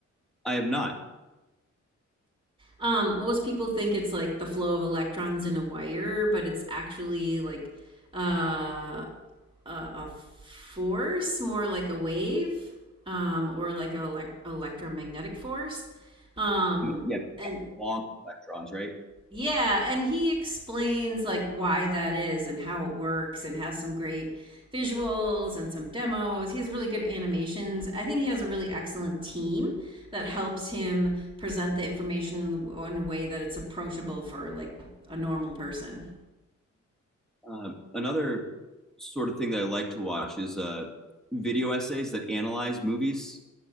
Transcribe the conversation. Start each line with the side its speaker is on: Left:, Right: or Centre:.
Centre: I have not.
Right: Um most people think it's like the flow of electrons in a wire, but it's actually like uh a, a force, more like a wave, um, or like an elect- electromagnetic force. Um,
Centre: Yeah,
Right: and
Centre: long electrons, right?
Right: yeah, and he explains like why that is and how it works and has some great visuals and some demos. He has really good animations. I think he has a really excellent team that helps him present the information in a way that it's approachable for like a normal person.
Centre: Um, another sort of thing that I like to watch is uh, video essays that analyze movies